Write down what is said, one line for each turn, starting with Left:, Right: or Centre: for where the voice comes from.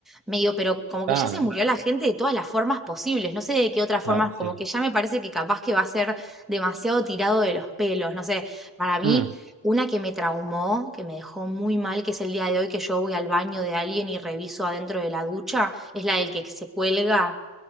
Centre: medio, pero como
Right: Claro,
Centre: que ya se murió la gente de todas las formas posibles, no sé de qué otras
Right: claro,
Centre: formas,
Right: sí.
Centre: como que ya me parece que capaz que va a ser demasiado tirado de los pelos, no sé, para mí,
Right: Mm.
Centre: una que me traumó, que me dejó muy mal, que es el día de hoy que yo voy al baño de alguien y reviso adentro de la ducha, es la del que se cuelga,